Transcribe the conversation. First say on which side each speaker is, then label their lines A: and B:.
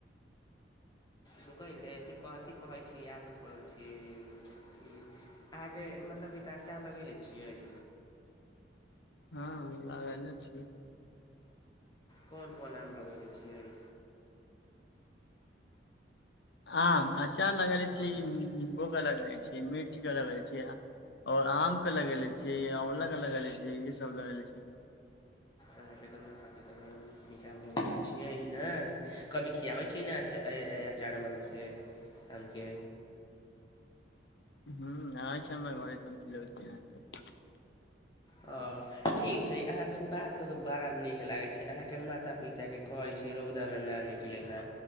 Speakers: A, on the left; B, on the left.
A: रुकैयने एथी कथि कहय कहै छी याद ना परल छैय अहाँके माता-पिता चार लगेले छियय
B: हँ लागैले छी
A: कौन कोना में लगैेले छियय
B: आम अँचार लगैले
A: हँ
B: छियै निम्बूे कऽ लगैय छियै मिर्चके लगैय छियै‌ आ और आमके लगेलै छियय आँंवलाके लगेले छियय ई सब लगेले छिय
A: अहाँ के त माता पिता के द्वारा <unintelligible> छियै ने कभी खियाबय छिय ने आच एय-एय अचारवा मे से आमके
B: हम्म आय छै हमर घरे <unintelligible>
A: अँ ठीक छय अहाँसँ बात कऽ क बड़ा नीक लागय छय, अहाँके माता पिताके कहय
B: अहाँके
A: छी रौंदामे न निकलय ला,